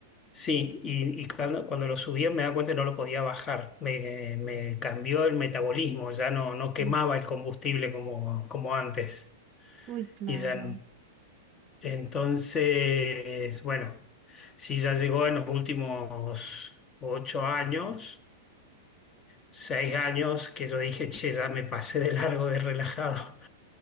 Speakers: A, on the left; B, on the right.
A: Sí, y, y cuando, cuando lo subía me daba cuenta que no lo podía bajar. Me, me cambió el metabolismo, ya no, no quemaba
B: Uf,
A: el combustible como, como antes.
B: Uy, claro.
A: Y ya Entonces, bueno, sí ya llegó en los últimos ocho años, seis años, que yo dije, che, ya me pasé de largo de relajado.